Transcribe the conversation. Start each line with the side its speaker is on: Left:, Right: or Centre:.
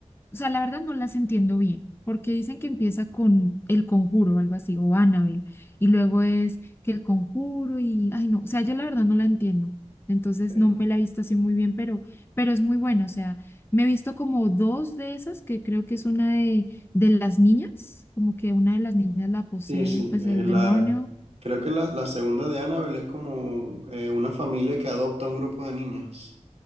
Left: O sea, la verdad no las entiendo bien, porque dicen que empieza con el conjuro o algo así, o Annabelle, y luego es que el conjuro y, ay no, o sea, yo la verdad no la entiendo. Entonces
Right: Ok.
Left: no me la he visto así muy bien, pero, pero es muy buena. O sea, me he visto como dos de esas, que creo que es una de, de las niñas, como que una de las niñas la posee,
Right: Sí, sí,
Left: pues
Right: eh,
Left: el
Right: la,
Left: demonio.
Right: creo que la, la segunda de Annabelle es como eh, una familia que adopta un grupo de niñas.